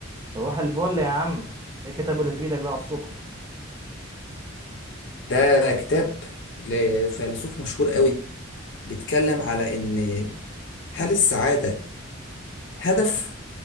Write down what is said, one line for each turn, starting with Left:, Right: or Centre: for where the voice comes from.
Right: صباح الفل يا عم ايه الكتاب اللي في ايدك ده على الصبح
Left: ده كتاب لفيلسوف مشهور قوي بيتكلم على ان هل السعادة هدف